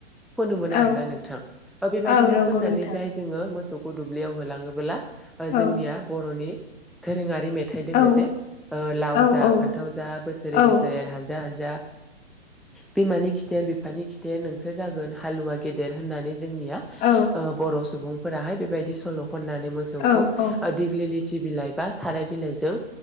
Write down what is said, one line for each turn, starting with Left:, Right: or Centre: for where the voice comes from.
Centre: फोनोमोन
Left: औ
Centre: आर ना नोंथां बेबायदिनो
Left: औ नंगौ
Centre: फोननानै
Left: नोंथां
Centre: जाय जोङो मोसौखौ दुब्लियाव होलाङोब्ला ओ
Left: औ
Centre: जोंनिया बर'नि दोरोङारि मेथाइ दङ
Left: औ
Centre: जे लाव
Left: औ औ
Centre: फान्थाव जा बोसोरै
Left: औ
Centre: बोसोरै हानज हानजा जा बिमानि खिथेर बिफानि खिथेर नोंसोर जागोन हालुवा गेदेर होननानै जोंनि
Left: औ
Centre: ओ बर' सुबुंफोराहाय बेबायदि सल' खनानै मोसौखौ
Left: औ औ
Centre: खुथि बिलाइ बा थाराय बिलाइजों